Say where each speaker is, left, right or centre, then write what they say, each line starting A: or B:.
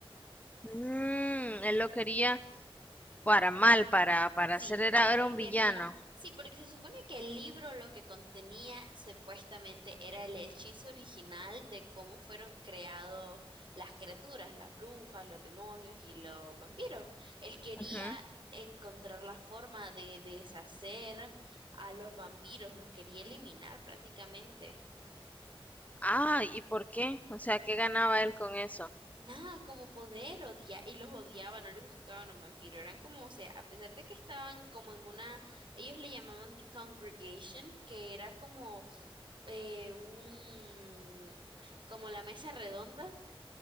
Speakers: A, on the left; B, on the right.
A: Mm, él lo quería para mal, para, para
B: Sí,
A: hacer, era,
B: él
A: era
B: lo
A: un
B: quería.
A: villano.
B: Sí, porque se supone que el libro lo que contenía supuestamente era el hechizo original de cómo fueron creados las criaturas, las brujas, los demonios y los vampiros. Él quería
A: Ujú.
B: encontrar la forma de deshacer a los vampiros, los quería eliminar prácticamente.
A: Ah, ¿y por qué? O sea, ¿qué ganaba él con eso?
B: Nada, como poder odiar, y los odiaba, no le gustaban los vampiros, eran como, o sea, a pesar de que estaban como en una, ellos le llamaban The Congregation, que era como eh, un, como la mesa redonda,